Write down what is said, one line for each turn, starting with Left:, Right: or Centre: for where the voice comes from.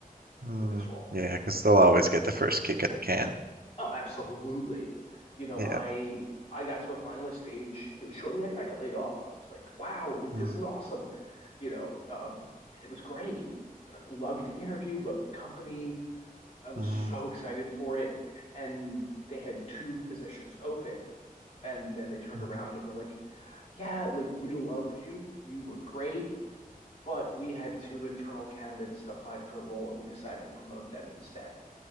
Right: mm,
Left: for this role?
Right: yeah, because they'll always get the first kick at the can.
Left: Oh, absolutely. You know,
Right: Yeah.
Left: I I got to a finalist stage, you know, shortly after I got laid off. I was like, wow, like this
Right: Mm,
Left: is awesome, you know, um, and it was great. And I loved the interview, loved the company, I was
Right: mm,
Left: so excited for it. And they had two positions open. And then they turned
Right: mm.
Left: around and were like, yeah, like we loved you. You were great. But we had two internal candidates that applied for the role and we decided to promote them instead.